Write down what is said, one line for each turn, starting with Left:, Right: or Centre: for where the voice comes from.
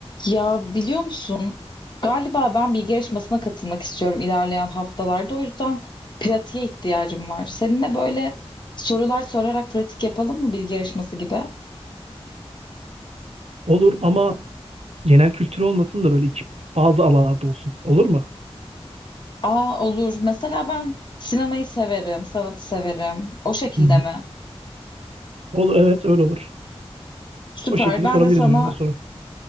Left: Ya biliyor musun? Galiba ben bilgi yarışmasına katılmak istiyorum ilerleyen haftalarda. O yüzden pratiğe ihtiyacım var. Seninle böyle sorular sorarak pratik yapalım mı bilgi yarışması gibi?
Right: Olur ama genel kültür olmasın da böyle iki, bazı alanlarda olsun. Olur mu?
Left: Aa olur. Mesela ben sinemayı severim, sanatı severim. O şekilde
Right: Hı hı.
Left: mi?
Right: Olur evet öyle olur.
Left: Süper.
Right: O şekilde
Left: Ben
Right: sorabiliriz
Left: de sana
Right: birbirimize soru.